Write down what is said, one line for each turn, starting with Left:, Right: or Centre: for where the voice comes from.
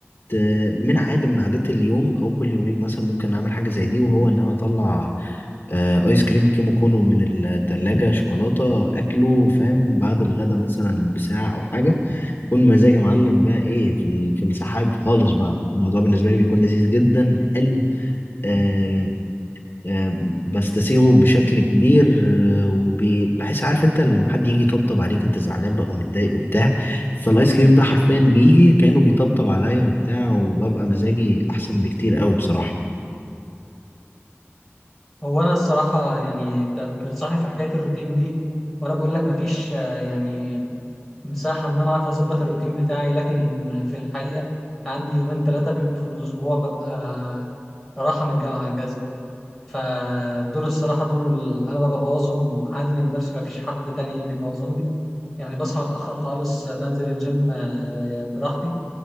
Left: ت- من عادة من عادات اليوم او كل يومين مثلا ممكن اعمل حاجة زي دي وهو ان انا اطلع آه، ايس كريم كيمو كونو من التلاجة شوكولاتة اكله فاهم بعد الغدا مثلا بساعة او حاجة كون مزاجي يا معلم بقى ايه في ال- في السحاب خالص بقى الموضوع بالنسبة لي بيكون لذيذ جدا حلو آه آه بستسيغه بشكل كبير آه وبحس عارف انت لما حد يجي يطبطب عليك انت زعلان بقى ومتضايق وبتاع فالايس كريم ده حرفيا بيجي كأنه بيطبطب عليا وبتاع وببقى مزاجي احسن بكتير قوي بصراحة
Centre: هو أنا الصراحة يعني أنت بتنصحني في حكاية الروتين دي وأنا بقول لك مفيش آه، يعني مساحة إن أنا أعرف أظبط الروتين بتاعي لكن في الحقيقة عندي يومين ثلاثة بيبقوا في الأسبوع ببقى راحة من الجامعة أجازة فدول الصراحة دول أنا ببقى ببوظهم عادي من نفسي مفيش حد تاني بيبوظهم لي يعني بصحى متأخر خالص بنزل الجيم آه، براحتي